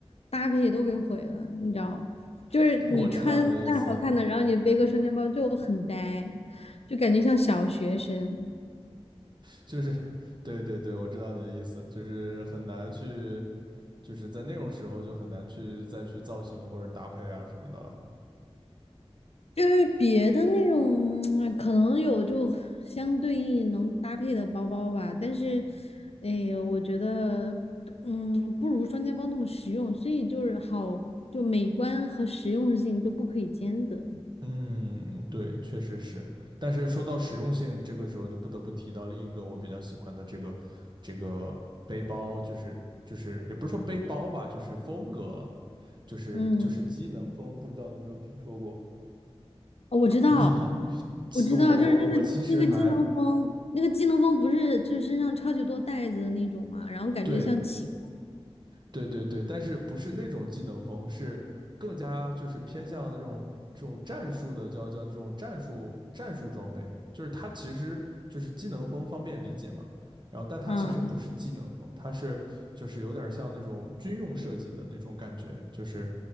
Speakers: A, on the left; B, on the right.
A: 搭配都给毁了，你知道？就是你穿再好看的，
B: <laughs> 我知道你的意思，
A: 然后你背个双肩包就很呆，就感觉像小学生。
B: 就是对对对，我知道你的意思，就是很难去，就是在那种时候就很难去再去造型或者搭配啊什么的了。
A: 就是别的那种，可能有就相对应能搭配的包包吧，但是，哎，我觉得，嗯，不如双肩包那么实用，所以就是好，就美观和实用性都不可以兼得。
B: 嗯，对，确实是。但是说到实用性，这个时候就不得不提到另一个我比较喜欢的这个这个背包，就是就是也不是说背包吧，就是风格，就是就是机能风，
A: 嗯，
B: 不知道你有没有听说过？
A: 哦我知道，
B: <laughs> 其我我我其实还
A: 我知道，就是那个那个机能风，那个机能风不是就是身上超级多袋子的那种嘛，然后感觉像乞
B: 对对对对，但是不是那种技能风，是更加就是偏向这种这种战术的，叫叫这种战术战术装备，就是它其实就是技能风方便理解嘛。然后，但它其实不是技能风，
A: 丐，
B: 它是就是有点像那种军用设计的那种感觉，就是